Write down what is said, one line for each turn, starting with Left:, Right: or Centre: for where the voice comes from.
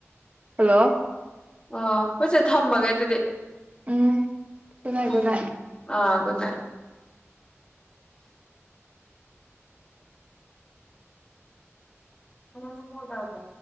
Right: ꯍꯜꯂꯣ
Left: ꯑ ꯍꯣꯏꯆꯦ ꯊꯝꯃꯒꯦ ꯑꯗꯨꯗꯤ
Right: um good night
Left: um
Right: good night
Left: ꯑ ꯒꯨꯗ ꯅꯥꯏꯠ ꯑꯃꯅ ꯐꯣꯟ ꯇꯧꯔꯛꯄ꯭ꯔꯥ